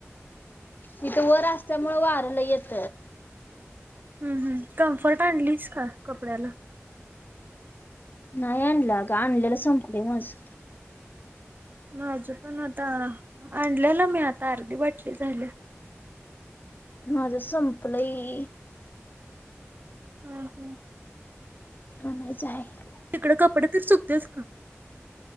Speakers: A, on the left; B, on the right.
A: ईथं वर असल्यामुळे वारलं लय येत.
B: ह् हम् कम्फर्ट आणलीच का कपड्याला?
A: नाही आणलं अगं आणलेला संपलं माझं.
B: माझं पण आता आणल्याला मी, आता अर्धी बाटली झाली.
A: माझं संपलंय.
B: हम हम
A: आणायचं आता
B: तिकडं कपडे तरि सुकतीलस का.